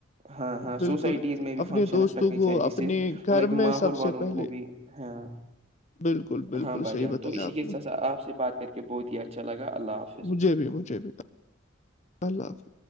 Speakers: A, on the right; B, on the left.
A: ہاں ہاں
B: بالکل
A: سوسائٹیز
B: بالکل
A: میں بھی فنکشنس
B: اپنے دوستوں
A: رکھنی
B: کو
A: چاہیے
B: اپنے
A: جس سے
B: گھر
A: مطلب کہ
B: میں
A: ماحول
B: سب سے
A: والوں
B: پہلے
A: کو بھی ہاں
B: بالکل بالکل
A: ہاں بھائی
B: صحیح
A: جان
B: بتایا
A: تو اسی
B: آپ
A: کے سا
B: نے
A: آپ سے بات کرک بہت ہی اچھا لگا اللہ حافظ
B: مجھے بھی مجھے بھی اللہ حافظ